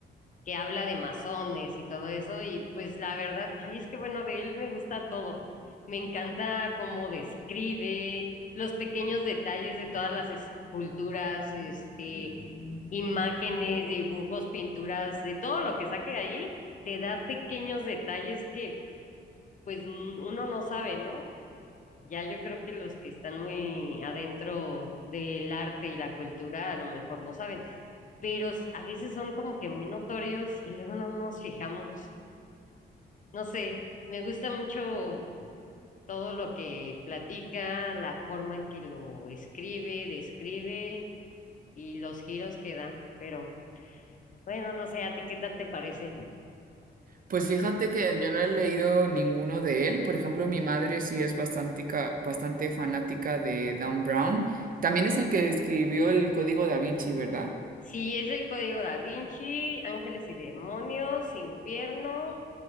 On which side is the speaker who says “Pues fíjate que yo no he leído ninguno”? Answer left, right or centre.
Right